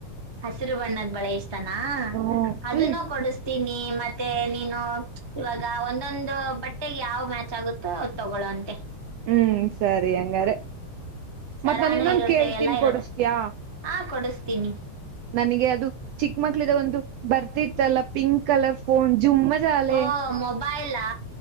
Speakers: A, on the right (about 30°); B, on the right (about 85°).
A: ಹಸಿರು ಬಣ್ಣದ ಬಳೆ ಇಷ್ಟನಾ
B: ಹ್ಮ್
A: ಅದನ್ನ
B: ಫುಲ್
A: ಕೊಡಸತೀನಿ ಮತ್ತೆ ನೀನು ಇವಾಗ ಒಂದೊಂದು ಬಟ್ಟೆಗೆ ಯಾವ ಮ್ಯಾಚ್ ಆಗುತ್ತೋ ಅದು ತಗೊಳ್ಳುವಂತೆ
B: ಹ್ಮ್ ಸರಿ ಅಂಗಾರೆ
A: ಸರಾನೂ
B: ಮತ್ತ್ ನಾನ ಇನ್ನೊಂದು
A: ಇರುತ್ತೆ
B: ಕೇಳ್ತೀನ್
A: ಎಲ್ಲ ಇರುತ್ತೆ
B: ಕೊಡಸ್ತಿಯಾ
A: ಹಾಂ ಕೊಡಿಸ್ತೀನಿ
B: ನನಗೆ ಅದು ಚಿಕ್ಕಮಕ್ಳದ ಒಂದು ಬರ್ತಿತ್ತಲ್ಲ ಪಿಂಕ್ ಕಲರ್ ಫೋನ್ ಜುಮ್ಮಜಾಲೆ
A: ಓ ಮೊಬೈಲಾ